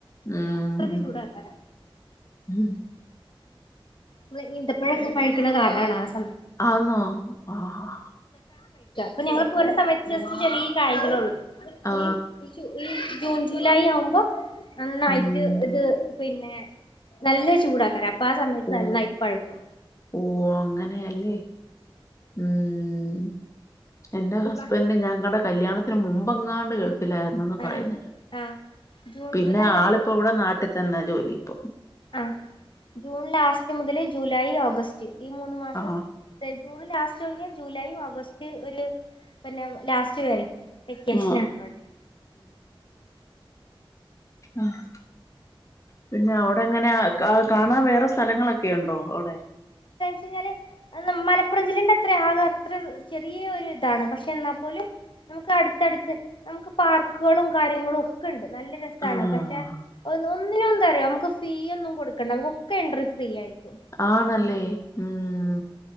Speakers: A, on the left; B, on the left.
A: ഉം
B: അത്രക്ക് ചൂടാല്ലെ
A: ഉം.
B: മ്മള് ഈന്തപഴൊക്കെ പഴുകണ കാണ <unintelligible>
A: ആന്നൊ ആഹ്
B: അപ്പ ഞങ്ങള്പ്പ വല്ല സമയത്ത് ജസ്റ്റ് ചെറി കായികളൊള്ളൂ
A: ആ
B: ഈ <unintelligible> ജൂൺ ജൂലൈ ആവുമ്പോ നന്നായിട്ട്
A: ഉം
B: ഇത് പിന്നെ നല്ല ചൂടാക്കരാ അപ് പ്പാ സമയ
A: ഓ
B: നന്നായിട്ട് പഴുക്കും
A: ഓ അങ്ങനെയല്ലേ ഉം എന്റെ ഹസ്ബൻഡ്
B: ഇപ്പ
A: ഞങ്ങടെ കല്യാണത്തിന് മുമ്പങ്ങാണ്ട് ഗൾ ലാര്ന്നന്നു പറയുന്നത്
B: ആഹ് ആഹ് ജൂൺ
A: പിന്നെ
B: ജൂലൈ
A: ആളിപ്പോ ഇവിടെ നാട്ടിതന്നെ ജോലി പ്പോ
B: ആ ജൂൺ ലാസ്റ്റ് മുതല് ജൂലൈ ഓഗ ഈ മൂന്ന് മാസം
A: ആ
B: തെ ജൂണ് ലാസ്റ്റ് കഴിഞ്ഞാൽ ജൂലൈയും ഓഗസ്റ്റ് ഒരു പിന്നെ ലാസ്റ്റ് വേരെ വെക്കേഷനാണിവടെ
A: ആ ആഹ് പിന്നെ അവിടെങ്ങന ക കാണാൻ വേറെ സ്ഥലങ്ങളൊ ക്കെയൊണ്ടോ അവിടെ
B: ച്ചു കഴിഞ്ഞാല് ന മലപ്പുറം ജില്ലന്റെത്ര ആകം അത്ര ചെറിയ ഒരു ഇതാണ് പക്ഷെ എന്നാപോലും നമുക്ക് അടുത്തടുത്ത് നമുക്ക് പാർക്കുകളും കാര്യങ്ങളും ഒക്കെ ഉണ്ട് നല്ല രസാണ്
A: ആഹ്
B: പക്ഷെ ഒന്നു വൊന്നും അങ്ങെ എന്താറിയൊ നമുക്ക് ഫീ ഒന്നും കൊടുക്കണ്ട നമുക്കൊക്കെ എൻട്രി ഫ്രീയിരിക്കും
A: ആണല്ലേ ഉം